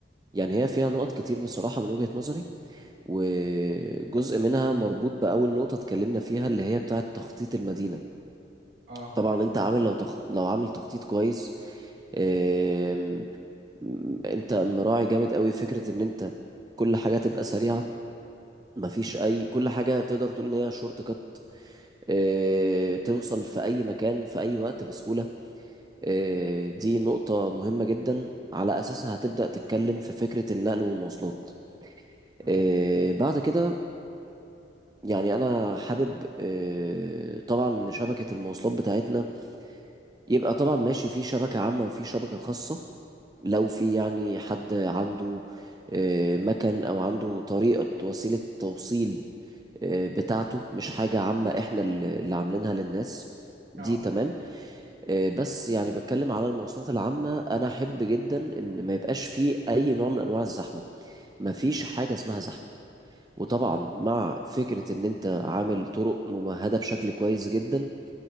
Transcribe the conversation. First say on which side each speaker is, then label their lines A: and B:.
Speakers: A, on the right; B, on the right.
A: يعني هي فيها نقط كتير بصراحة من وجهة نظري وجزء منها مربوط بأول نقطة اتكلمنا فيها اللي هي بتاعة تخطيط المدينة
B: اه
A: طبعا انت عامل لو تخ... لو عامل تخطيط كويس آم، م- انت مراعي جامد قوي فكرة ان انت كل حاجة تبقى سريعة مفيش اي كل حاجة تقدر تقول ان هي شورت كات آه، توصل في اي مكان في اي وقت بسهولة آه، دي نقطة مهمة جدا على اساسها هتبدأ تتكلم في فكرة النقل والمواصلات
B: تمام
A: آه، بعد كده يعني انا حابب آه، طبعا ان شبكه المواصلات بتاعتنا يبقى طبعا ماشي في شبكه عامه وفي شبكه خاصه لو في يعني حد عنده آه، مكان او عنده طريقه وسيله توصيل آه، بتاعته مش حاجه عامه احنا اللي اللي عاملينها للناس دي
B: اه
A: تمام آه، بس يعني بتكلم على المواصلات العامه انا احب جدا ان ما يبقاش في اي نوع من انواع الزحمه ما فيش حاجه اسمها زحمه
B: مظبوط
A: وطبعا مع فكرة ان انت عامل طرق ممهدة بشكل كويس جدا